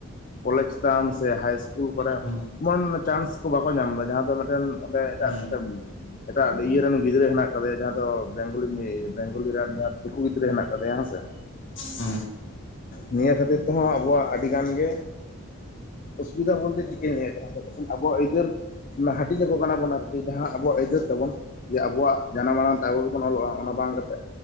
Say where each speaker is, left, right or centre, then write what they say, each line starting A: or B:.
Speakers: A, on the left; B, on the left.
A: ᱠᱚᱞᱮᱡᱽ ᱛᱟᱢ ᱥᱮ ᱦᱟᱭ ᱤᱥᱠᱩᱞ ᱠᱚᱨᱮ᱾
B: ᱦᱮᱸ
A: ᱡᱮᱢᱚᱱ ᱪᱟᱱᱥ ᱠᱚ ᱵᱟᱠᱚ ᱧᱟᱢ ᱫᱟ ᱡᱟᱦᱟᱸ ᱫᱚ ᱢᱮᱴᱮᱱ ᱚᱸᱰᱮ ᱮᱴᱟᱜ
B: ᱦᱩᱸ
A: ᱢᱮᱴᱮᱱ᱾ ᱮᱴᱟᱜ ᱤᱭᱟᱹ ᱨᱮᱱ ᱜᱤᱫᱽᱨᱟᱹ ᱦᱮᱱᱟᱜ ᱟᱠᱟᱫᱮᱭᱟ, ᱡᱟᱦᱟᱸ ᱫᱚ ᱵᱮᱝᱜᱚᱞᱤ ᱵᱮᱝᱜᱚᱞᱤ ᱨᱮᱱ ᱡᱟᱦᱟᱸ ᱫᱤᱠᱩ ᱜᱤᱫᱽᱨᱟᱹ ᱦᱮᱱᱟᱜ ᱟᱠᱟᱫᱮᱭᱟ ᱦᱮᱸᱥᱮ ᱾
B: ᱦᱩᱸ <inaudible>
A: ᱱᱤᱭᱟᱹ ᱠᱷᱟᱹᱛᱤᱨ ᱛᱮᱦᱚᱸ ᱟᱵᱚᱣᱟᱜ ᱟᱹᱰᱤ ᱜᱟᱱ ᱜᱮ ᱚᱥᱩᱵᱤᱫᱟ ᱵᱚᱞᱛᱮ <unintelligible> ᱞᱟᱹᱭᱫᱟ <unintelligible> ᱟᱵᱚᱣᱟᱜ ᱟᱹᱭᱫᱟᱹᱨ ᱦᱟᱹᱴᱤᱧ ᱟᱠᱚ ᱠᱟᱱᱟ ᱵᱚᱱ ᱟᱨᱠᱤ ᱡᱟᱦᱟᱸ ᱟᱵᱚᱣᱟᱜ ᱟᱹᱭᱫᱟᱹᱨ ᱛᱟᱵᱚᱱ ᱡᱮ ᱟᱵᱚᱣᱟᱜ ᱡᱟᱱᱟᱢ ᱟᱲᱟᱝ ᱛᱮ ᱟᱵᱚ ᱜᱮᱵᱚᱱ ᱚᱞᱚᱜᱼᱟ ᱚᱱᱟ ᱵᱟᱝ ᱠᱟᱛᱮ